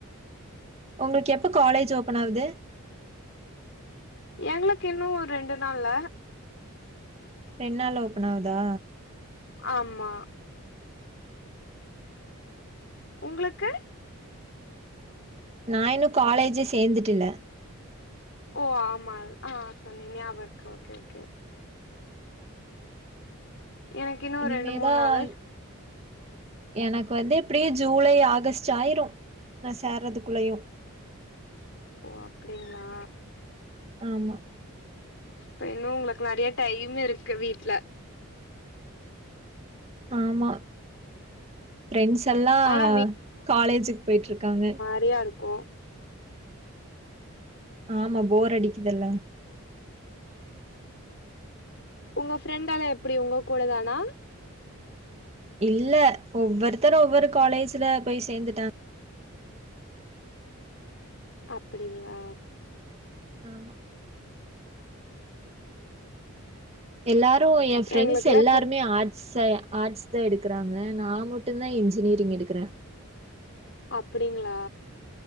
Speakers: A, on the right; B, on the left.
A: உங்ளுக் எப்போ காலேஜ் ஓப்பன் ஆவுது
B: எங்ளுக்கு இன்னு ஒரு ரெண்டு நாள்ல
A: ரெண்டு நாள்ல ஓப்பன் ஆவுதா
B: ஆமா உங்ளுக்கு
A: நா இன்னு காலேஜே சேந்துட்டு இல்ல
B: ஓ ஆமால் ஆ சொன்னிக ஞாப இருக்கோ ஓகே ஓகே எனக்கு இன்னு
A: இனிமேதாய்
B: ரெண்டு மூணு நாள்ல
A: எனக்கு வந்து எப்டியு ஜூலை ஆகஸ்ட் ஆயிரு நா சேறதுக்குள்ளயு
B: ஓ அப்டிங்ளா
A: ஆமா
B: இப்ப இன்னு உங்ளுக்கு நெறைய டைம் இருக்கு வீட்ல
A: ஆமா ஃப்ரெண்ஸ் எல்லா
B: ஆனா
A: காலேஜ்க்கு போயிட்ருக்காங்க
B: ப்ரியா இருக்கு
A: ஆமா போர் அடிக்குதெல்ல
B: உங்க ஃப்ரெண்ட்டால எப்டி உங்க கூட தானா
A: இல்ல ஒவ்வொருத்தரு ஒவ்வொரு காலேஜ்ல பேய் சேந்துட்டாங்
B: அப்டிங்ளா
A: ஆமா எல்லாரு எ ஃப்ரெண்ட்ஸ்
B: எங்களுக்குல்லா
A: எல்லாருமே
B: இப்போ
A: ஆட் ச ஆட்ஸ்தா எடுக்குறாங்க நா மட்டுதா இன்ஜினிரிங் எடுக்குற
B: அப்டிங்ளா